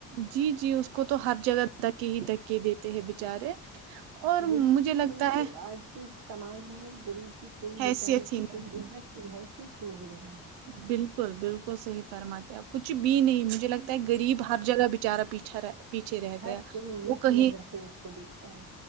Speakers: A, on the right (about 85°); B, on the right (about 60°).
A: جی جی اس کو تو ہر جگہ دھکے ہی دھکے کے دیتے ہیں بچارے اور
B: غریب
A: مجھے
B: کی
A: لگتا
B: کوئی
A: ہے
B: آج کے سماج میں غریب کی کوئی بیچاری
A: حیثیت ہی
B: کی
A: نہیں
B: کوئی
A: ہے
B: عزت ہی حیثیت ہی نہیں رہی ہے
A: بالکل بالکل صحیح فرماتے آب کچھ بھی نہیں مجھے لگتا ہے غریب ہر جگہ بیچارا پیچھا رہتا پیچھے رہ
B: ہر
A: گیا
B: کوئی نیچی
A: وہ کہیں
B: نظر سے اس کو دیکھتا ہے